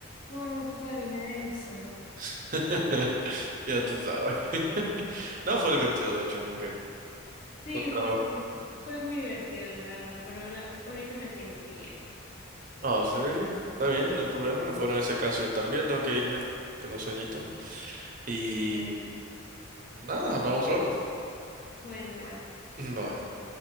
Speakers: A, on the left; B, on the right.
A: cómo no puedo adivinar eso?
B: <laughs> Ya tú sabes. <laughs> No, fue divertido, de hecho, como quiera.
A: Sí,
B: Buen trabajo.
A: fue muy, fue muy divertido, la verdad, pero la, ahorita me tengo que ir.
B: Ah, ¿really? Está bien, no hay problema. Bueno, en ese caso yo también tengo que irme. Tengo sueñito. Y
A: Bueno,
B: nada, hablamos luego.
A: bueno, pues.
B: Mm, Bye.
A: bye.